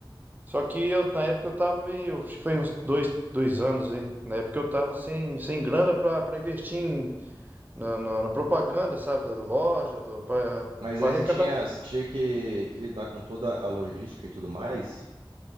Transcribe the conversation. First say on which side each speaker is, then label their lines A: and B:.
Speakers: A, on the right; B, on the right.
A: Só que eu, na época eu tava meio, acho que foi uns dois, dois anos aí. Na época eu tava sem, sem grana pra, pra investir em- na, na- na propaganda, sabe? Da loja, do, pra,
B: Mas
A: pra
B: aí
A: arrecadar
B: você tinha, você tinha que, que lidar com toda a logística e tudo mais.